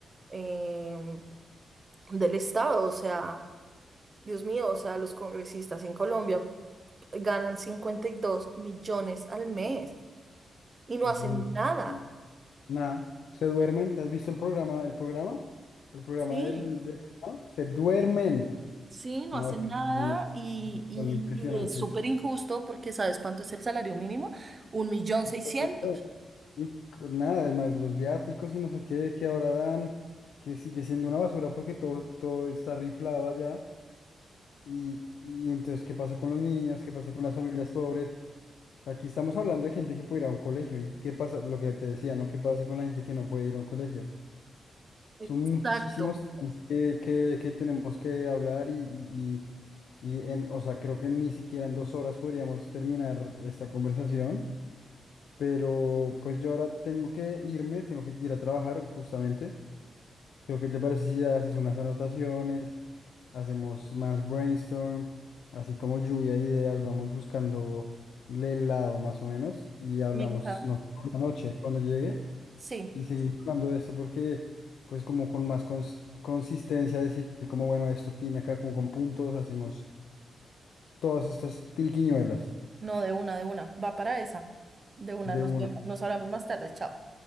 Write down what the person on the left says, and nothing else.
Es
muchísimo.
Nada, se duermen. ¿Has visto el programa? ¿El programa? ¿El programa
del, del Senado? Se duermen.
No,
es que
son
son impresionantes.
Y
pues, y todo. Y con nada, además, los viáticos y no sé qué que ahora dan, que sigue siendo una basura porque todo, todo está riflado allá. Y, y entonces, ¿qué pasa con los niños? ¿Qué pasa con las familias pobres? O sea, aquí estamos hablando de gente que puede ir a un colegio. ¿Y qué pasa? Lo que te decía, ¿no? ¿Qué pasa con la gente que no puede ir a un colegio?
Son muchísimos temas que, que- que tenemos que hablar y, y- y- y en, o sea, creo que ni siquiera en dos horas podríamos terminar esta conversación, pero pues yo ahora tengo que irme, tengo que ir a trabajar justamente. Creo que te parece si haces unas anotaciones, hacemos más brainstorm, así como lluvia de ideas, vamos buscando el lado más o menos y hablamos,
no sé, por la noche cuando llegue.
Y seguimos hablando de esto porque, pues como con más cons- consistencia, decir como, bueno, esto tiene acá como con puntos, hacemos todas estas triquiñuelas
de
una.